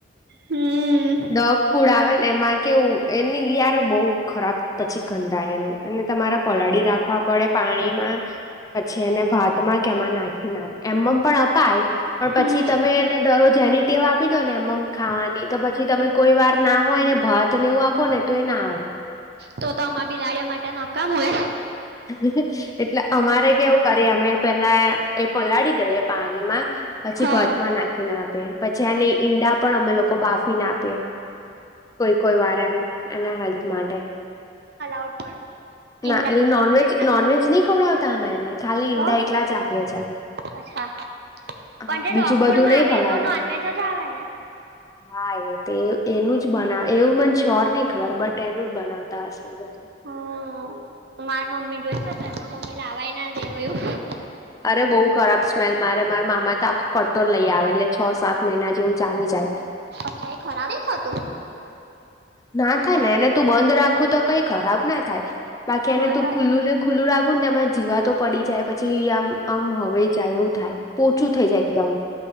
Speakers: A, on the right; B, on the left.
A: હમ્મ.
B: ડોગ ફૂડ આવે ને એમાં કેવું એની યાર બઉ ખરાબ પછી ગંધાય એનું અને તમારે પલાળી રાખવા પડે પાણીમાં પછી એને ભાતમાં કેમાં નાખી ને અપ એમમ પણ અપાય પણ પછી
A: હમ
B: તમે ને દરરોજ એની ટેવા આપી દો ને એમમ ખાવાની તો પા કોઈ વાર ના હોય ને ભાત ને એવું આપો ને તો એ ના અડે.
A: તો તો અમા બિલાડીઓ માટે નકામું હોય.
B: હે હે એટલે અમારે કેવું કરી અમે પેલા એ પલાડી દઈએ પાણીમાં પછી
A: હા
B: ભાત માં નાખી ને આપીએ પછી આને ઈંડા પણ અમે લોકો બાફી ના આપીએ. કોઈ કોઈ વાર એમ એના હેલ્થ માટે.
A: હું પણ ઈંડા.
B: ના એટલે નોનવેજ
A: નહીં
B: નોનવેજ
A: આવતા.
B: નહી ખવડાવતા અમે એને ખાલી ઈંડા
A: હો
B: એકલા જ આપીએ છીએ.
A: અચ્છા પણ
B: હા
A: જે
B: બીજું
A: ડોગ
B: બધું
A: ફૂડમાં
B: નઈ
A: આવે
B: ખડાવતા
A: એ તો નોનવેજ જ આવે ને
B: હા એ તે એનું જ બનાવે એવું મને શ્યોર ની ખબર બટ એનું જ બનાવતા હશે <unintelligible>
A: હમ્મ મારી મમ્મી જોઈ શે તો એમાં મમ્મી લાવાય ના દેવાયું એવુ.
B: અરે બઉુ ખરાબ સ્મેલ મારે માર મામા તો આખો કટ્ટો લઈ આવે એટલે છ સાત મહિના જેવું ચાલી જાય.
A: અચ્છા એ ખરાબે થતું?
B: ના થાય ને એને તું બંધ રાખું તો કઈ ખરાબ ના થાય બાકી એને
A: બરાબર
B: તું ખુલ્લું ને ખુલ્લું રાખું ને એમાં જીવા તો પડી જાય પછી આમ આમ હવાઈ જાય એવું થાય પોચું થઈ જાય એકદમ.